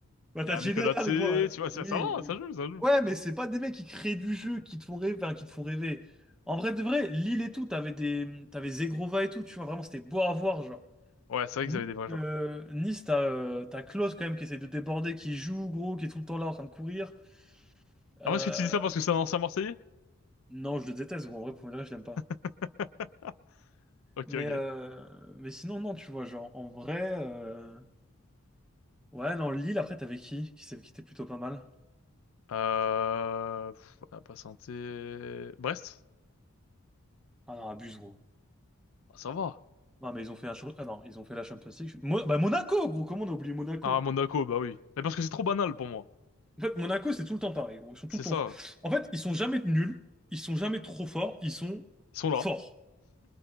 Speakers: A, in the centre; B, on the left.
A: Bah,
B: il
A: t'as
B: y a
A: Général,
B: Mikodate, tu
A: gros. hein.
B: vois, ça,
A: Oui,
B: ça va,
A: oui.
B: ça joue, ça joue.
A: Ouais, mais c'est pas des mecs qui créent du jeu, qui te font rêver, enfin, qui te font rêver. En vrai de vrai, Lille et tout, t'avais des, t'avais Zegrova et tout, tu vois, vraiment, c'était beau à voir, genre.
B: Ouais, c'est vrai
A: Nice,
B: qu'ils avaient des vrais
A: euh,
B: joueurs.
A: Nice, t'as euh, t'as Klose quand même qui essaie de déborder, qui joue gros, qui est tout le temps là en train de courir. Euh,
B: Ah, moi, est-ce que tu dis ça parce que c'est un ancien Marseillais?
A: non, je le déteste gros, en vrai, pour me dire, je l'aime pas.
B: <laughs> Ok,
A: Mais,
B: ok.
A: euh, mais sinon, non, tu vois, genre en vrai. euh, Ouais, non, Lille, après, t'avais qui? Qui s'est- qui était plutôt pas mal?
B: Euh... pff, on a pas santé... Brest?
A: Ah non, abuse, gros.
B: Ah, ça va.
A: Non, mais ils ont fait, un... cho- ah non, ils ont fait la Champions League. Mo- bah, Monaco, gros, comment on a oublié Monaco?
B: Ah, Monaco, bah oui. Mais parce que c'est trop banal pour moi.
A: En fait, Monaco, c'est tout le temps pareil, gros. Ils sont
B: C'est
A: tout le temps...
B: ça.
A: En fait, ils sont jamais nuls, ils sont jamais trop forts, ils sont
B: Ils sont là.
A: forts.